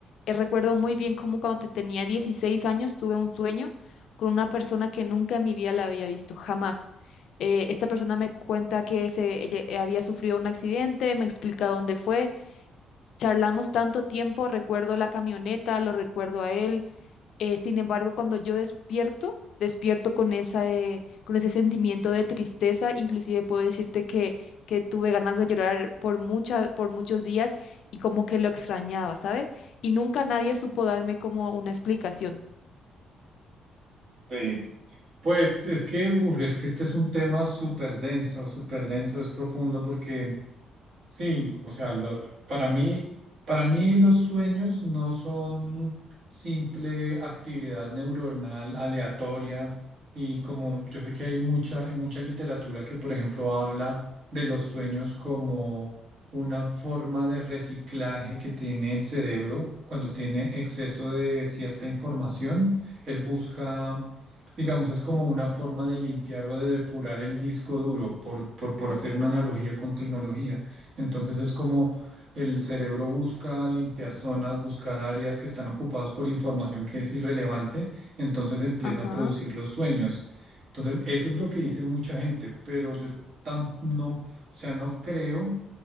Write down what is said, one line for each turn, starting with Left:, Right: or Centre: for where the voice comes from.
Left: Eh, recuerdo muy bien cómo cuando te tenía 16 años tuve un sueño con una persona que nunca en mi vida la había visto, jamás. Eh, esta persona me cuenta que se, ella eh, había sufrido un accidente, me explica dónde fue. Charlamos tanto tiempo, recuerdo la camioneta, lo recuerdo a él, eh, sin embargo, cuando yo despierto, despierto con esa, eh, con ese sentimiento de tristeza. Inclusive puedo decirte que, que tuve ganas de llorar por mucha, por muchos días y como que lo extrañaba, ¿sabes? Y nunca nadie supo darme como una explicación.
Right: Sí, Pues es que, uf, es que este es un tema súper denso, súper denso, es profundo porque Sí, o sea, lo- para mí, para mí los sueños no son simple actividad neuronal aleatoria y como yo sé que hay mucha, hay mucha literatura que, por ejemplo, habla de los sueños como una forma de reciclaje que tiene el cerebro cuando tiene exceso de cierta información, él busca, digamos, es como una forma de limpiar o de depurar el disco duro, por, por, por hacer una analogía con tecnología. Entonces es como el cerebro busca limpiar zonas, buscar áreas que están ocupadas por información que es irrelevante, entonces empieza
Left: Ajá.
Right: a producir los sueños. Entonces eso es lo que dice mucha gente, pero yo tam- no, o sea, no creo,